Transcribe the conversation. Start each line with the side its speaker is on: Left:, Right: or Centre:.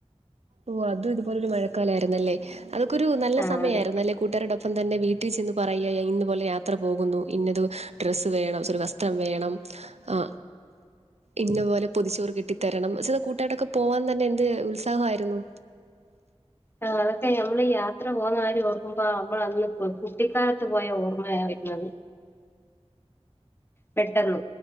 Right: ഓ അതും ഇതുപോലെ ഒരു മഴക്കാലമായിരുന്നുല്ലേ അതൊക്കൊരു നല്ല
Left: ആഹ്
Right: സമയായിരുന്നു
Left: അതെ
Right: അല്ലെ കൂട്ടാരോടൊപ്പം തന്നെ വീട്ടിൽ ചെന്ന് പറയുക ഇന്നപോലെ യാത്ര പോകുന്നു ഇന്നത് ഡ്രസ്സ് വേണം ഒരു വസ് ത്രം വേണം ആ ഇന്ന പോലെ പൊതിച്ചോറ് കെട്ടിത്തരണം ച്ച്കൂട്ടാ രോട്ക്കെ പോവാൻ തന്നെ എന്ത് ഉത്സാഹമായിരുന്നു
Left: ആ അതൊക്കെ നമ്മൾ യാത്ര പോകുന്ന കാര്യം ഓർക്കുമ്പോ നമ്മള അന്ന് കുട്ടിക്കാലത്ത് പോയ ഓർമ്മയാവുന്നത് പെട്ടെന്ന്